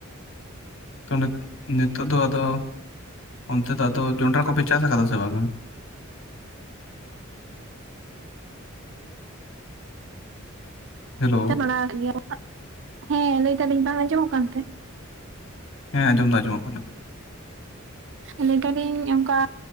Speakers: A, on the left; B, on the right.
A: ᱛᱚ ᱱᱤᱛᱚᱜ ᱫᱚ ᱟᱫᱚ ᱚᱱᱛᱮ ᱫᱚ ᱟᱫᱚ ᱡᱚᱱᱰᱨᱟ ᱠᱚᱯᱮ ᱪᱟᱥ ᱟᱠᱟᱫᱟ ᱥᱮ ᱵᱟᱝᱟ᱾ ᱦᱮᱞᱳ
B: ᱵᱟᱲᱟ ᱜᱮᱭᱟ <unintelligible> ᱦᱮᱸ ᱞᱟᱹᱭ ᱫᱟᱞᱤᱧ ᱵᱟᱝ ᱟᱸᱡᱚᱢᱚᱜ ᱠᱟᱱᱛᱮ
A: ᱦᱮᱸ ᱟᱸᱡᱚᱢ ᱫᱚ ᱟᱸᱡᱚᱢᱚᱜ ᱠᱟᱱᱟ᱾
B: ᱟᱹᱞᱤᱞ ᱫᱟᱞᱤᱧ ᱚᱱᱠᱟ